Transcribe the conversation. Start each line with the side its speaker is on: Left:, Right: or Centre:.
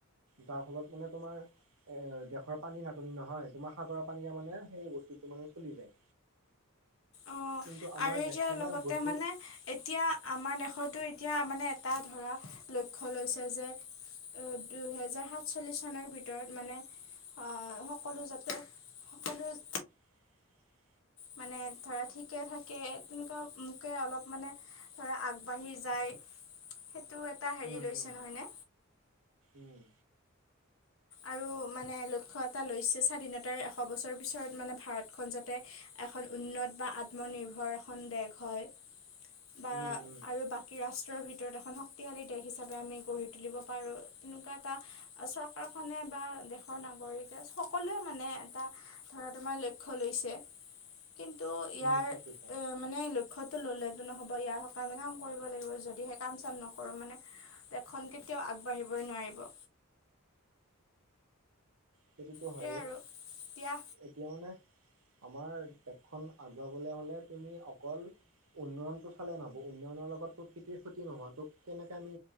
Right: যাৰ ফলত মানে তোমাৰ দেশৰ পানী নাটনি নহয় তোমাৰ সাগৰৰ পানীয়া মানে সেই বস্তুটো মানে চলি যায়
Left: অ
Right: কিন্তু আমাৰ
Left: আৰু এতিয়া
Right: দেশখনে
Left: লগতে
Right: বস্তু
Left: মানে এতিয়া আমাৰ দেশটো এতিয়া মানে এটা ধৰা লক্ষ্য লৈছে যে- দুহেজাৰ সাত চল্লিশ চনৰ ভিতৰত মানে। আহ সকলো যাতে সকলো-
Right: <unintelligible>
Left: মানে ধৰা ঠিকে থাকে তেনেকুৱা মোকে অলপ মানে ধৰা আগবাঢ়ি যায় সেইটো এটা হেৰি
Right: উম
Left: লৈছে
Right: উম
Left: নহয়নে
Right: উম
Left: আৰু মানে লক্ষ্য এটা লৈছে স্বাধীনতাৰ এশ বছৰৰ পিছৰত মানে ভাৰতখন যাতে এখন উন্নত বা আত্মনিৰ্ভৰ এখন দেশ হয় বা
Right: উম উম
Left: আৰু বাকী ৰাষ্ট্ৰৰ ভিত ভিতৰত এখন শক্তিশালী দেশ হিচাপে আমি গঢ়ি তুলিব পাৰো তেনেকুৱা এটা চৰকাৰ খনে বা দেশৰ নাগৰিকে সকলোৱে মানে এটা ধৰা তোমাৰ লক্ষ্য লৈছে
Right: <unintelligible>
Left: কিন্তু ইয়াৰ
Right: উম ঠিক কৈছা
Left: এ মানে লক্ষ্য টো ল'লে নহ'ব ইয়াৰ সকা কাম কৰিব লাগিব যদিহে কাম চাম নকৰো মানে দেশখন কেতিয়াও আগবাঢ়িব নোৱাৰিব
Right: সেইটোতো
Left: সেইটোৱে
Right: হয়েই
Left: আৰু দিয়া
Right: এতিয়া মানে আমাৰ দেশ খন আগুৱাবলৈ হ'লে তুমি অকল উন্নয়নতটো চালে নহব উন্নয়নৰ লগত প্ৰকৃতিয় ক্ষতি নোহোৱা তোক কেনেকে আমি